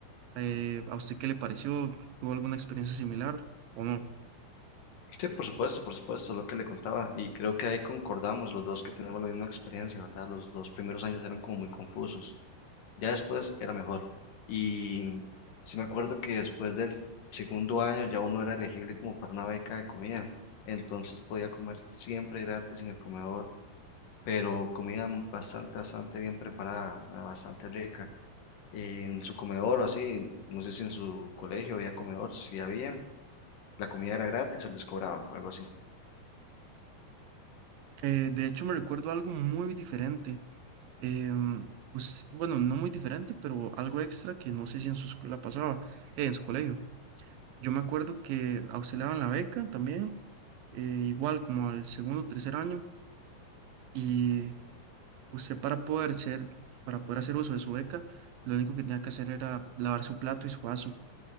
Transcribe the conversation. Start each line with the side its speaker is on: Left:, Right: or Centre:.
Right: Eh, ¿a usted qué le pareció? ¿Tuvo alguna experiencia similar o no?
Left: Sí, por supuesto, por supuesto, lo que le contaba. Y creo que ahí concordamos los dos que tenemos la misma experiencia, ¿verdad? Los dos primeros años eran como muy confusos. Ya después era mejor. Y sí me acuerdo que después del segundo año ya uno era elegible como para una beca de comida. Entonces podía comer siempre gratis en el comedor, pero comida m- bastante, bastante bien preparada, ¿verdad? Bastante rica. En su comedor o así, no sé si en su colegio había comedor, si había, la comida era gratis o les cobraban o algo así.
Right: Eh, de hecho, me recuerdo algo muy diferente. em, us- bueno, no muy diferente, pero algo extra que no sé si en su escuela pasaba, eh, en su colegio. Yo me acuerdo que auxiliaban la beca también, eh, igual como al segundo o tercer año. y Usted para poder ser, para poder hacer uso de su beca, lo único que tenía que hacer era lavar su plato y su vaso.